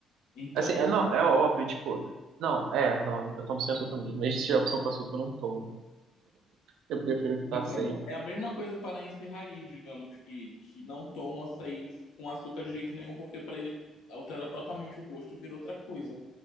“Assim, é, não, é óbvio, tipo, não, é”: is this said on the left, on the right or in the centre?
Right